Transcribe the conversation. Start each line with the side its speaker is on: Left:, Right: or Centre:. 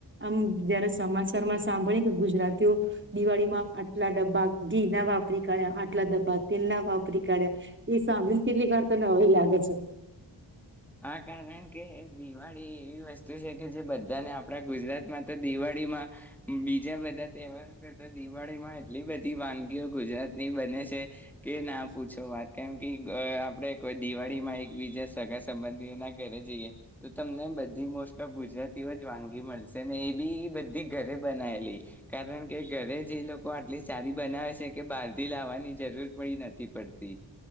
Right: આમ જયારે સમાચાર શમાં સાંભળી કે ગુજરાતીઓ દિવાળીમાં આટલા ડબ્બા ઘી ના વાપરી કાઢ્યા આટલા ડબ્બા તેલ ના વાપરી કાઢ્યા એ સાંભળીને કેટલીકર તો ન એ લાગે છે
Centre: હા કારણ કે દિવાળી એવી વસ્તુ છે કે જે બધાને આપણા ગુજરાતમાં તો દિવાળીમાં બીજા બધા તહેવાર તો દિવાળીમાં એટલી બધી વાનગીઓ ગુજરાતની બને છે <unintelligible> કે ના પૂછો વાત કેમ કે આપડે કોઈ દિવાળી માં એક બીજા સગસ સંબંધીઓ ના ઘરે જઈએ તો તમને બધી મોસ્ટ ઓફ ગુજરાતીઓ જ વાનગી મળશે ને એ બી બધી ઘરે બનાયલી કારણ કે ઘરે જે લોકો આટલી સારી બનાવે છે કે બહારથી લાવવાની જરૂર પડી નથી પડતી